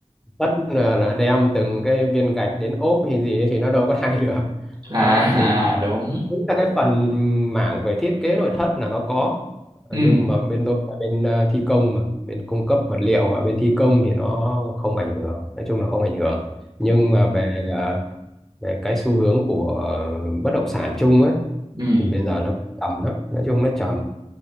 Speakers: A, in the centre; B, on the right.
A: tất là là đem từng cái viên gạch đến ốp hay gì ấy thì nó đâu có thay được
B: <laughs> à,
A: đó thì
B: à đúng
A: chính là cái phần mảng về thiết kế nội thất là nó có
B: ừ
A: Ờ, nhưng mà bên tôi là bên ờ, thi công mà bên cung cấp vật liệu và bên thi công thì nó không ảnh hưởng nói chung là không ảnh hưởng nhưng mà về ờ, về cái xu hướng của bất động sản chung ấy
B: ừ
A: thì bây giờ nó trầm lắm nói chung nó trầm